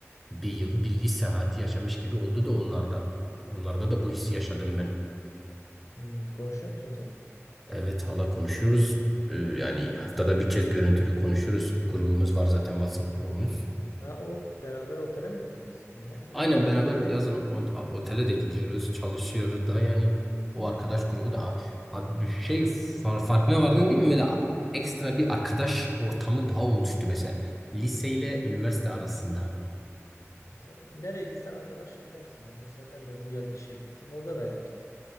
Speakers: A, in the centre; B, on the left.
A: bir yıl bir lise hayatı yaşamış gibi oldu da onlarda. Onlarda da bu hissi
B: Hmm.
A: yaşadım ben.
B: Hmm. Konuşuyor musun sen?
A: Evet hala konuşuyoruz. Ee, yani haftada bir kez görüntülü konuşuyoruz. Grubumuz var zaten WhatsApp grubumuz.
B: Ha, o beraber otele mi gittiniz? Onlar mıydı?
A: Aynen beraber yazın o- otele de gidiyoruz, çalışıyoruz da yani o arkadaş grubu
B: Hmm.
A: da Ha, bir şey far- farkına vardın değil mi? Böyle ekstra bir arkadaş ortamı daha oluştu mesela liseyle üniversite arasında.
B: E, tabii. Nereye gitsen arkadaş yaparsın ya. Mesela ben de bu yaz işe gittim. Orada da yaptım.